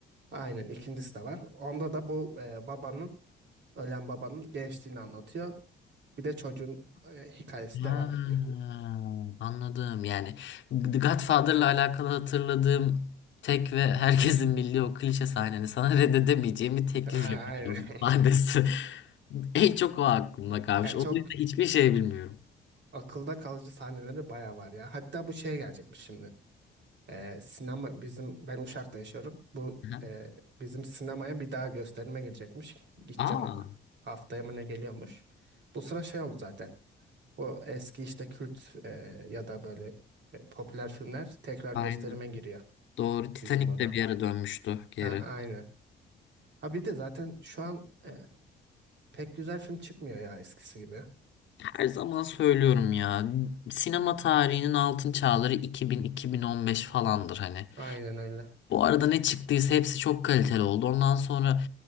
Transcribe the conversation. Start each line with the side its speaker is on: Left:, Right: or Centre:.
Right: Aynen ikincisi de var. Onda da bu e, babanın Ölen babanın gençliğini anlatıyor. Bir de çocuğun e, hikayesi
Left: Ha,
Right: devam ediyor.
Left: anladım. Yani The Godfather'la alakalı hatırladığım tek ve herkesin bildiği o klişe sahnenin sana <laughs> reddedemeyeceğim bir teklif
Right: <laughs> Aynen.
Left: yapıyorum sahnesi. <laughs> En çok o aklımda kalmış.
Right: Ya çok
Left: Onun dışında hiçbir şey bilmiyorum.
Right: akılda kalıcı sahneleri bayağı var ya. Hatta bu şeye gelecekmiş şimdi. Ee, sinema bizim ben Uşak'ta yaşıyorum. Bu
Left: Aha.
Right: e, bizim sinemaya bir daha gösterime gelecekmiş. Gideceğim
Left: Aa,
Right: ona. Haftaya mı ne geliyormuş. Bu sıra şey oldu zaten. Bu eski işte kült e, ya da böyle e, popüler filmler tekrar
Left: aynen.
Right: gösterime giriyor
Left: Doğru. Titanic
Right: bizim burada.
Left: de bir ara dönmüştü geri.
Right: Ha, aynı. Ha bir de zaten şu an e, Pek güzel film çıkmıyor ya eskisi gibi.
Left: Her zaman söylüyorum ya. Sinema tarihinin altın çağları 2000-2015 falandır hani.
Right: Aynen öyle.
Left: Bu arada ne çıktıysa hepsi çok kaliteli oldu. Ondan sonra